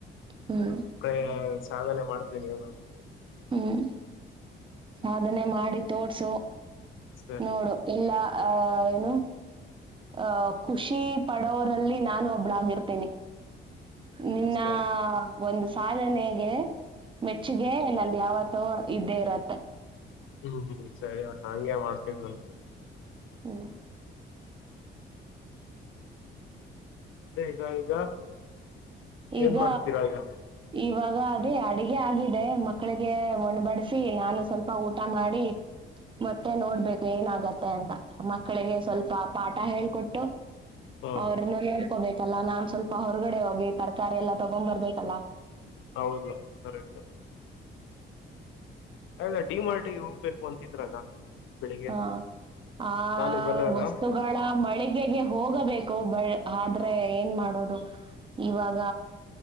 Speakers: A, on the right; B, on the left.
A: ಹ್ಮ.
B: ಎ ಸಾಧನೆ ಮಾಡ್ತಿನಿ. <unintelligible>
A: ಹ್ಮ್ ಸಾಧನೆ ಮಾಡಿ ತೋರ್ಸು.
B: ಸರಿ
A: ನೋಡು ಇಲ್ಲ. ಅ ಏನು, ಅ ಖುಷಿ ಪಡೋರಲ್ಲಿ ನಾನು ಒಬ್ಬಳಾಗಿರ್ತೀನಿ. ಇನ್ನಾ,
B: ಸರಿ
A: ಒಂದು ಸಾಧನೆಗೆ ಮೆಚ್ಚುಗೆ ನಂದು ಯಾವತ್ತೂ ಇದ್ದೇ ಇರುತ್ತೆ.
B: ಹ್ಮ್ ಹ್ಮ್ ಸರಿ ಅಕ್ಕ ಹಂಗೆ ಮಾಡ್ತೀನಿ.
A: ಹ್ಮ.
B: <unintelligible>
A: ಈಗ.
B: ಏನ್ ಮಾಡ್ತೀರಾ ಈಗ
A: ಇವಾಗ ಅದೇ ಅಡಗೆ ಆಗಿದೆ ಮಕ್ಕಳಿಗೆ ಒಣ ಬಡಸಿ, ನಾನು ಸ್ವಲ್ಪ ಊಟ ಮಾಡಿ, ಮತ್ತೆ ನೋಡ್ಬೇಕು ಏನ ಆಗತ್ತೆ ಅಂತ. ಮಕ್ಕಳಿಗೆ ಸ್ವಲ್ಪ ಪಾಠ ಹೇಳ್ಕೊಟ್ಟು
B: ಹ
A: ಅವ್ರನ್ನ ನೋಡ್ಕೋಬೇಕಲ್ಲ ನಾನ್ ಸ್ವಲ್ಪ ಹೊರಗಡೆ ಹೋಗಿ ತರಕಾರಿ ಎಲ್ಲಾ ತಗೊಂರ್ಬೇಕಲ್ಲಾ.
B: ಹೌದು ಕರೆಕ್ಟ್. <unintelligible> ಡಿ ಮಾರ್ಟಿಗೆ ಹೋಗ್ಬೇಕು ಅಂತಿದ್ರಲ್ಲ. ಬೆಳಿಗ್ಗೆ
A: ಹಾ ಆ
B: ನಾನು ಬರೋದ
A: ವಸ್ತುಗಳ ಮಳಿಗೆಗೆ ಹೋಗಬೇಕು ಬಳ್ ಆದ್ರೆ ಏನ್ ಮಾಡೋದು. ಇವಾಗ